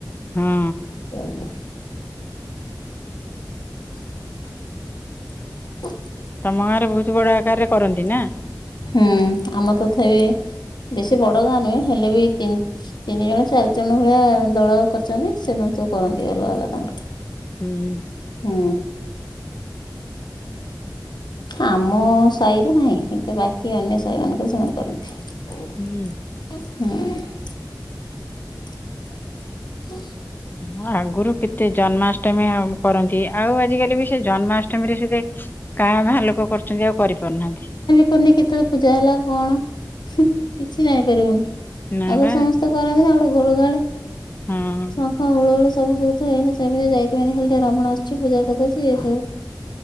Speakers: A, on the left; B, on the left.
A: ହଁ।
B: ସବୁ। <unintelligible> <unintelligible>
A: ତମ ଗାଁରେ ବହୁତ୍ ବଡ ଆକାର ରେ କରନ୍ତି ନା?
B: ହୁଁ ଆମର ତଥାବି ବେଶୀ ବଡ ଗାଁ ନୁହେଁ ହେଲେ ବି ତିନ୍ ତିନି ଜଣ ଚାରି ଜଣ ଭଳିଆ ଦଳ କରଚନ୍ତି ସେମାନେ ସବୁ କରନ୍ତି ଅଲଗା ଅଲଗା ତାଙ୍କର।
A: ହୁଁ।
B: ହୁଁ। ଆମ ସାଇ ରେ ନାହିଁ କିନ୍ତୁ ବାକି ଅନ୍ୟ ସାଇ ମାନଙ୍କରେ ସେମାନେ କରନ୍ତି।
A: ହୁଁ।
B: ହୁଁ। <unintelligible>
A: ହଁ ଆଗରୁ କେତେ ଜନ୍ମାଷ୍ଟମୀ ଆମେ କରନ୍ତି ଆଉ ଆଜି କାଲି ବି ସେ ଜନ୍ମାଷ୍ଟମୀରେ ସୁଧେ କାଁ ଭାଁ ଲୋକ କରୁଚନ୍ତି ଆଉ କରିପାରୁନାହାନ୍ତି।
B: କୁହନ୍ତି କେତେବେଳେ ପୂଜା ହେଲା କଣ କିଛି ହୁଁ- ଜାଣିପାରିବୁନି
A: ନା
B: ଆଗରୁ
A: ବା।
B: ସମସ୍ତେ ସମସ୍ତେ କରନ୍ତି ନା ଗୋଟେ ଘୁଡ୍ ଘାଡେ
A: ହଁ
B: ଶଙ୍ଖ, ହୁଳହୁଳି ସବୁ ଶୁବୁ ଥିବ‌ଏଇନା ସେମିତି ଯାଇ ତାଇ ପାଇଁ ଖାଲି ଟିକେ ରାବଣ ଆସୁଛି ପୂଜା କରିଦଉଛି‌ ଇଏ ସବୁ